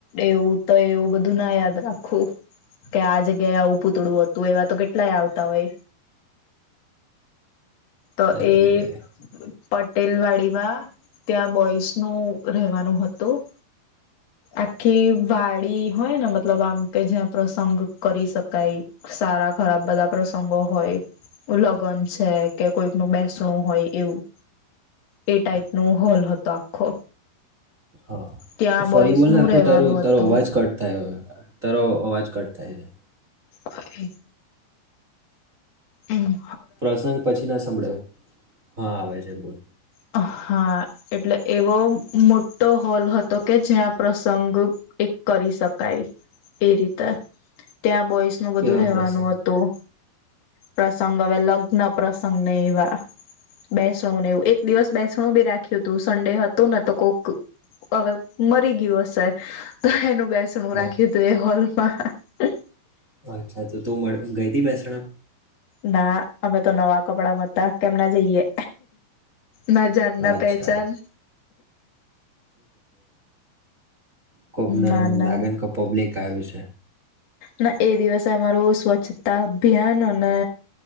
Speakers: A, on the left; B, on the right.
A: એવું તો એવું બધું ના યાદ રાખું કે આ જગ્યાએ આવું પૂતળું હતું એવા તો કેટલાય આવતા હોય. તો
B: અરે
A: એ.
B: અરે
A: પટેલ વાડીમાં ત્યાં બોઈસ નું રહેવાનું હતું આખી વાડી હોય ને મતલબ આમ કે જ્યાં પ્રસંગ કરી શકાય સારા ખરાબ બધા પ્રસંગો હોય લગ્ન છે. કે કોઈક ન બેસણું હોય એવું એ ટાઈપ નુ હોલ હતો આખો.
B: હા
A: ત્યાં
B: ફરી
A: બોઈસનું
B: બોલને આખો
A: રહેવાનું
B: તારો તારો
A: હતું
B: અવાજ કટ થાય. તારો અવાજ કટ થાય છે.
A: હ એક. હમ.
B: પ્રસંગ પછી ના સંભળે. હા ભાઈ સાહેબ બોલ.
A: હા એટલે એવો મોટો હોલ હતો કે જ્યાં પ્રસંગ એક કરી શકાય એ રીતે ત્યાં. બોયસ નું બધું
B: કેવા
A: રહેવાનું
B: પ્રસંગ
A: હતું. પ્રસંગ હવે લગ્ન પ્રસંગને એવા બેસણું ને એવું એક. દિવસ બેસણું બી રાખ્યું હતું સન્ડે હતું ને તો કોક હવે મરી ગયું હશે અ એનું. બેસણું
B: હા
A: રાખી્યું તોું એ હોલ. હ હા.
B: અચ્છા તો તું મળ ગઈ હતી બેસણ.
A: ના અમે તો નવા કપડા મ હતા કેમ ના જઈએ. ના જના
B: અચ્છા
A: પહેચાન.
B: કોક નામ
A: ના ના
B: લાગે કો પબ્લિક આવ્યું છે.
A: ના એ દિવસે અમારું સ્વચ્છતા અભિયાન અને